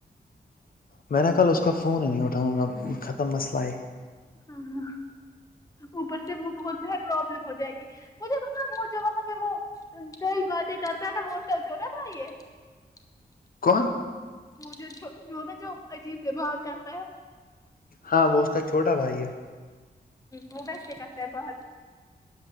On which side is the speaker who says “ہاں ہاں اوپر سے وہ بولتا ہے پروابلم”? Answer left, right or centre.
Left